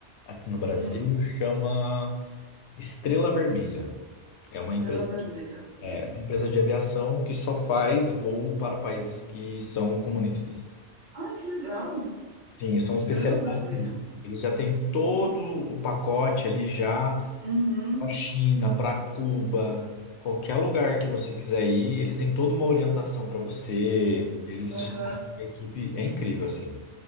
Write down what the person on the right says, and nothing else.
Hum,
Estrela
Vermelha.
É.
Ai, que legal!
Estrela Vermelha.
Uhum,
uhum.
aham.